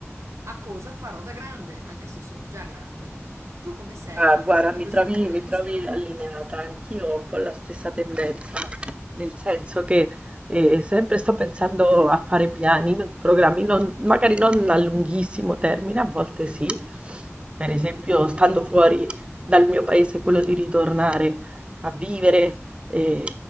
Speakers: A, on the right; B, on the right.
A: a cosa farò da grande, anche se sono già grande. Tu come sei,
B: Ah,
A: Enrica,
B: guarda,
A: da questo
B: mi trovi,
A: punto di vista?
B: mi trovi allineata, anch'io ho un po' la stessa tendenza, nel senso che eh, sempre sto pensando a fare piani, programmi, non- magari non a lunghissimo termine, a volte sì, per esempio stando fuori dal mio paese, quello di ritornare a vivere, eh,